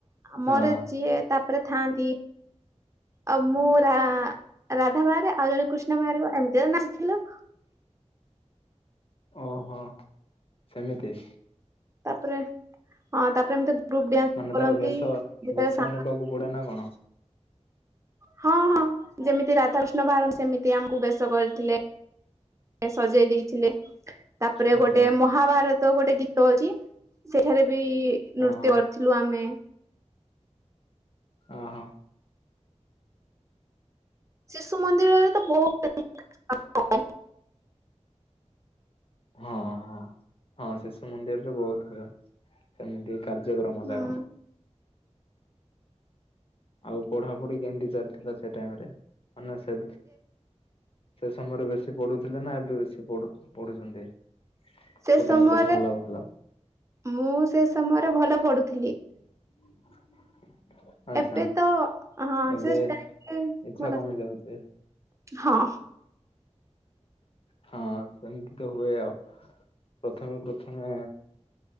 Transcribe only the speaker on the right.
ମୋର
ଯିଏ ତାପରେ ଥାଆନ୍ତି ଆ ମୁ ରା ରାଧା ବାହାରେ ଆଉ ଜଣେ କୃଷ୍ଣ ବାହାରିବ ଏମିତି ତ ନାଚିଥିଲୁ।
ତାପରେ ହଁ ତାପରେ ଏମିତି ଗ୍ରୁପ ଡ୍ୟାନ୍ସ
କରନ୍ତି
ଯେତେବେଳେ
ସା
ହଁ ହଁ ଯେମିତି ରାଧାକୃଷ୍ଣ ବାହାରନ୍ତି ସେମିତି ଆମକୁ ବେଶ କରିଥିଲେ। ସଜେଇ ଦେଇଥିଲେ। ତାପରେ
ଗୋଟେ ମହାଭାରତ ଗୋଟେ ଗୀତ ଅଛି ସେଠାରେ ବି ନୃତ୍ୟ
କରିଥିଲୁ ଆମେ।
ଶିଶୁ ମନ୍ଦିରରେ ତ ବହୁତ <unintelligible>
ହୁଁ
ସେ
ସମୟରେ
ମୁଁ ସେ ସମୟରେ ଭଲ ପଢୁଥିଲି।
ଏବେ ତ ହଁ
ସେ ଟାଇମ ରେ
ଭଲ
ଥିଲି।
ହଁ।